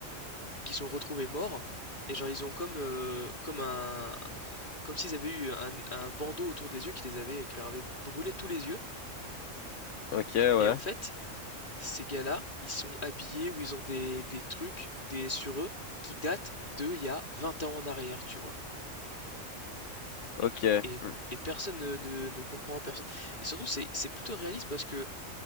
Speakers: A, on the left; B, on the left.
A: qui sont retrouvés morts et genre ils ont comme, heu, comme un comme s'ils avaient eu un un bandeau autour des yeux qui les avait qui leur avait brûlé tous les yeux
B: Ok, ouais.
A: et en fait Ces gars-là, ils sont habillés ou ils ont des des trucs, des sur eux, qui datent d'il y a 20 ans en arrière, tu vois?
B: Ok.
A: Et, et,
B: Mm.
A: et personne ne, ne, ne comprend, personne. Et surtout, c'est, c'est plutôt réaliste parce que,